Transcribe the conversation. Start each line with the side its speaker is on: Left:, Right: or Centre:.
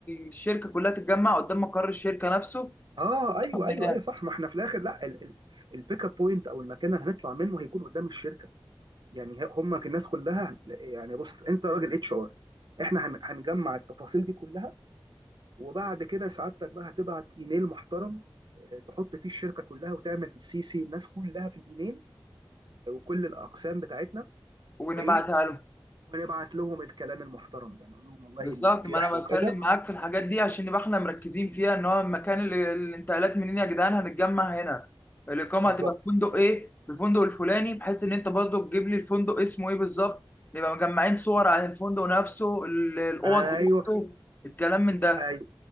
Left: الشركة كلها تتجمع قدام مقر الشركة نفسه
Right: اه ايوه ايوه
Left: هناك
Right: ايوه صح ما احنا في الاخر لا ال- ال- البيك اب بوينت او المكان اللي هنطلع منه هيكون قدام الشركه يعني هم الناس كلها يعني بص انت راجل اتش ار احنا هن- هنجمع التفاصيل دي كلها وبعد كده سعادتك بقى هتبعت ايميل محترم آه، تحط فيه الشركه كلها وتعمل في السي سي الناس كلها في الايميل آه، وكل الاقسام بتاعتنا
Left: ونبعتها
Right: وايه
Left: لهم
Right: ونبعت لهم الكلام المحترم ده نقول لهم والله
Left: بالظبط
Right: ال- في
Left: ما
Right: رحله
Left: انا بتكلم
Right: كذا
Left: معاك في الحاجات دي عشان نبقى احنا مركزين فيها ان هو المكان اللي الانتقالات منين يا جدعان هنتجمع هنا الاقامه
Right: بالظبط
Left: هتبقى في فندق ايه في الفندق الفلاني بحيث ان انت برضه تجيب لي الفندق اسمه ايه بالظبط نبقى مجمعين صور عن الفندق نفسه ال- الاوض
Right: ايوه
Left: بتاعته الكلام من ده
Right: ايوه